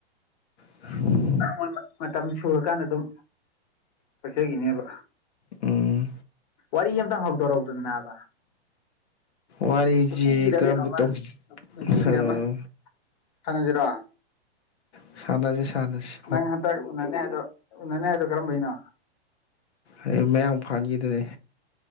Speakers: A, on the left (about 85°); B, on the left (about 45°).
A: <inaudible>
B: ꯣꯏ ꯃꯇꯝ ꯁꯨꯔꯀꯥꯟꯗ ꯑꯗꯨꯝ ꯀꯛꯆꯈꯤꯅꯦꯕ
A: ꯎꯝ
B: ꯋꯥꯔꯤ ꯑꯃꯝꯇꯪ ꯍꯧꯗꯣꯔꯧꯗꯅ ꯅꯥꯕ
A: ꯋꯥꯔꯤꯁꯤ
B: ꯅꯨꯄꯤꯒ꯭ꯔꯗꯦꯔꯃ
A: ꯀꯔꯝꯕ ꯇꯧꯁꯤ
B: ꯅꯨꯄꯤꯒ꯭ꯔꯃ
A: ꯑꯥ
B: ꯐꯥꯟꯅꯁꯤꯔꯣ
A: ꯁꯥꯟꯅꯁꯤꯦ ꯁꯥꯟꯅꯁꯤ
B: ꯅꯪ ꯍꯟꯇꯛ ꯎꯅꯅꯦ ꯍꯥꯏꯗꯣ ꯎꯅꯅꯤ ꯍꯥꯏꯗꯣ ꯀꯔꯝꯕꯩꯅꯣ
A: ꯑꯩ ꯃꯌꯥꯡ ꯐꯥꯟꯈꯤꯗꯨꯅꯤ